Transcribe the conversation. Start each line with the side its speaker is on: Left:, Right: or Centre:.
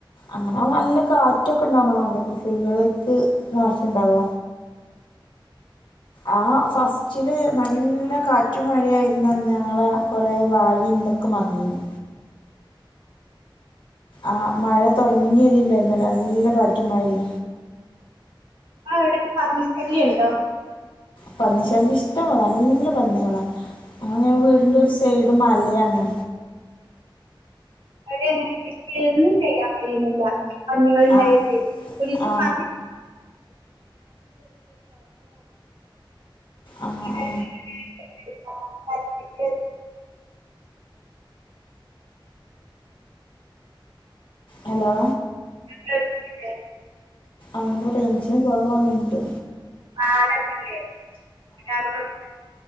Left: അങ്ങനെ നല്ല കാറ്റൊക്കെ ഇണ്ടാവ്പള കൃഷികൾക്ക് നാശം ഇണ്ടാവ ആ ഫസ്റ്റില് നല്ല കാറ്റു മഴ യായിുന്നന്ന് ഞങ്ങളെ കൊറെ വാഴയ ഇന്തൊക്കെ മറിഞ്ഞിു ആഹ മഴ തുൊടങ്ങിയതിുണ്ടായിരുന്നല്ല നല്ല കാറ്റുമായിഴ
Right: ആ എവിടൊക്കെ പന്നി ശല്യംണ്ടോ
Left: പന്നിശല്യം ഇഷ്ട നല്ല പന്നികളാ അങ്ങനെ വീടിന്റെ ഒരു സൈഡ് മലയാണ്
Right: അടെ അങ്ങനെ കൃഷിയൊന്നും ചെയ്യാൻ കഴിയുന്നില്ല പന്നികൾ ഉണ്ടായിട്ടെ
Left: ആ
Right: പോലീസ്
Left: ആ
Right: <unintelligible> <unintelligible> <unintelligible>
Left: ആ ആ
Right: ആഹർത്തിക്ക <unintelligible>
Left: ഹലോ
Right: കേൾക്കുന്നില്ലേ
Left: അവിധ റഞ്ചന് കുറവാത്തൊന്നുണ്ട്
Right: ആ അടത്തില്ലേ ഷ <unintelligible>